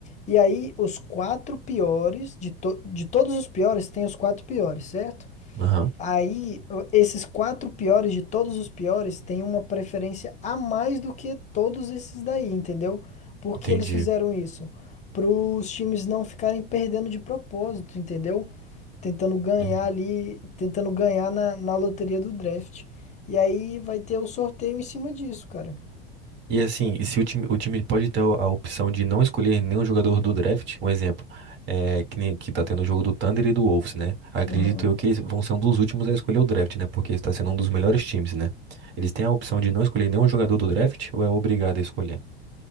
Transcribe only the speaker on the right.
aham,
entendi.
Uhum.
E assim, e se o time, o time pode ter a a opção de não escolher nenhum jogador do draft, um exemplo, é, que, nem, que tá tendo o jogo do Thunder e do Wolves, né? Acredito
eu que eles vão ser um dos últimos a escolher o draft, né? Porque está sendo um dos melhores times, né? Eles têm a opção de não escolher nenhum jogador do draft ou é obrigado a escolher?